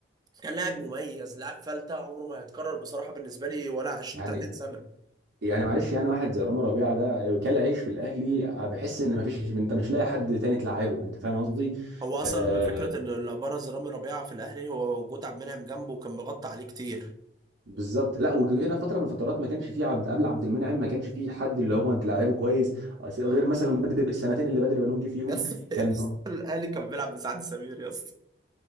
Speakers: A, on the right; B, on the right.
A: كان لاعب مميز لاعب فلته عمره ما هيتكرر بصراحه بالنسبه لي ولا 20
B: يعني
A: 30 سنه
B: يعني معلش يعني واحد زي رامي ربيعه ده كل عيش في الاهلي بحس ان ما فيش انت مش لاقي حد تاني تلعبه انت فاهم قصدي
A: هو اصلا
B: آه،
A: فكره ان اللي ابرز رامي ربيعه في الاهلي هو وجود عبد المنعم جنبه وكان مغطى عليه كتير
B: بالظبط لا وجينا فتره من الفترات ما كانش فيه عبد قبل عبد المنعم ما كانش فيه حد اللي هو انت لعيبه كويس غير
A: اه
B: مثلا بدري السنتين اللي بدري بنون
A: <laughs>
B: جه فيهم
A: يا اسطى
B: كان
A: يا اسطى الاهلي كان بيلعب بسعد سمير يا اسطى